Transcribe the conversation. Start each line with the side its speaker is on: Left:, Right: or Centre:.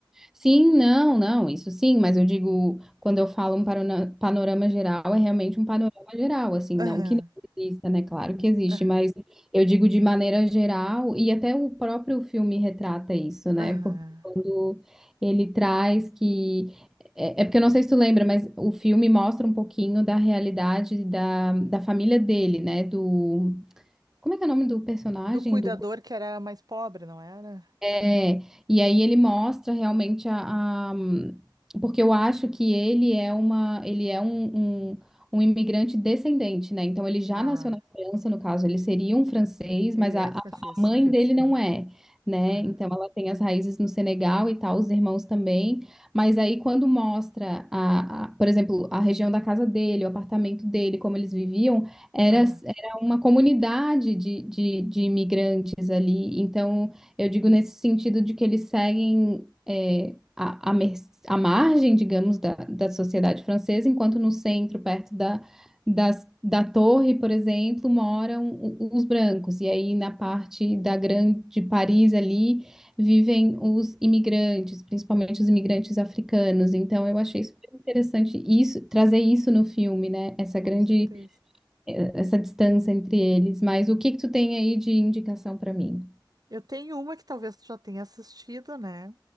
Centre: Sim, não, não, isso sim, mas eu digo, quando eu falo um parona- panorama geral, é realmente um panorama geral, assim, não
Right: Aham,
Centre: que não exista, né? Claro que existe,
Right: aham,
Centre: mas eu digo de maneira geral, e até o próprio filme retrata isso, né?
Right: aham.
Centre: Porque quando ele traz que. É, é porque eu não sei se tu lembra, mas o filme mostra um pouquinho da realidade da, da família dele, né? Do. Como é que é o nome do personagem?
Right: Do cuidador
Centre: Do
Right: que era mais pobre, não era?
Centre: É, e aí ele mostra realmente a, a- Porque eu acho que ele é uma, ele é um, um, um imigrante descendente, né? Então ele já
Right: Ah,
Centre: nasceu na França, no caso, ele seria um francês,
Right: ele
Centre: mas
Right: é
Centre: a, a
Right: francês.
Centre: a mãe
Right: Aham,
Centre: dele não é, né?
Right: aham,
Centre: Então ela tem as raízes no Senegal e tal, os irmãos também. Mas aí quando mostra a, a- por exemplo, a região da casa dele, o apartamento dele, como eles viviam, era,
Right: aham.
Centre: era uma comunidade de, de, de imigrantes ali. Então eu digo nesse sentido de que eles seguem é, a, a, mer- a margem, digamos, da, da sociedade francesa, enquanto no centro, perto da, das, da torre, por exemplo, moram o- os brancos. E aí na parte da grande Paris ali vivem os imigrantes, principalmente os imigrantes africanos. Então eu achei super interessante isso, trazer isso no filme, né? Essa
Right: Com
Centre: grande,
Right: certeza.
Centre: eh, essa distância entre eles. Mas o que que tu tem aí de indicação para mim?
Right: Eu tenho uma que talvez tu já tenha assistido, né?